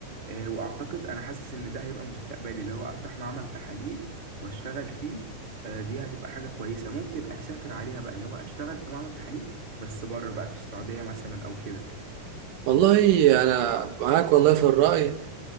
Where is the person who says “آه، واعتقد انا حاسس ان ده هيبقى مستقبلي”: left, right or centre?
Right